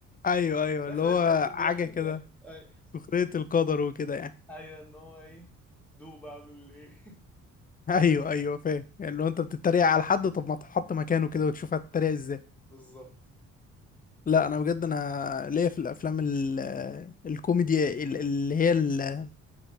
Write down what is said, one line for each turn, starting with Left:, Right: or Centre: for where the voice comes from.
Left: ايوه ايوه
Centre: في
Left: اللي
Centre: الآخر
Left: هو
Centre: يطلع يكون
Left: حاجه
Centre: بيحلم
Left: كده
Centre: يعني أي-
Left: سخريه القدر وكده يعني
Centre: أيوة إن هو إيه دوب أعمل إيه <laughs>
Left: <laughs> ايوه ايوه فاهم يعني لو انت بتتريق على حد طب ما تحط مكانه كده وتشوف هتتريق ازاي
Centre: بالظبط
Left: لا انا بجد انا ليا في الافلام ال آه، الكوميدي ال- اللي هي ال-